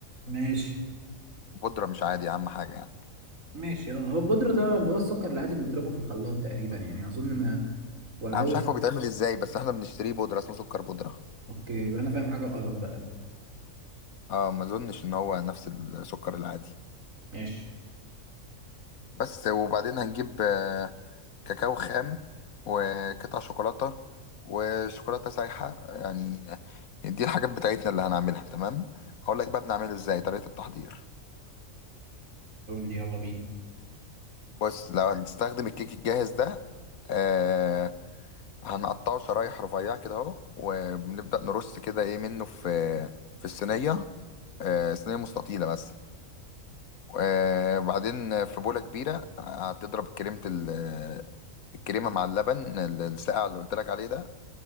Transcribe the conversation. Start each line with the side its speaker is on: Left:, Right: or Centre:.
Right: ماشي
Left: بودره مش عادي اهم حاجه يعني
Right: ماشي اه هو البودرة ده اللي هو السكر العادي بنضربه في الخلاط تقريبا يعني اظن ما ولا
Left: انا
Right: هو
Left: مش عارف هو بيتعمل ازاي بس احنا بنشتريه بودره اسمه سكر بودره
Right: اوكي يبقى انا فاهم حاجه غلط بقى
Left: اه ما اظنش ان هو نفس السكر العادي
Right: ماشي
Left: بس وبعدين هنجيب آه، كاكاو خام وقطع شوكولاته وشوكولاته سايحه يعني دي الحاجات بتاعتنا اللي هنعملها تمام هقول لك بقى بنعمله ازاي طريقه التحضير
Right: قول لي يلا بينا
Left: بص لو هنستخدم الكيك الجاهز ده آه، هنقطعه شرايح رفيعة كده اهو وبنبدأ نرص كده ايه منه في في الصينية آه، صينية مستطيلة بس آه، بعدين في بولة كبيرة هتضرب كريمة ال- الكريمة مع اللبن ال- الساقع اللي قلت لك عليه ده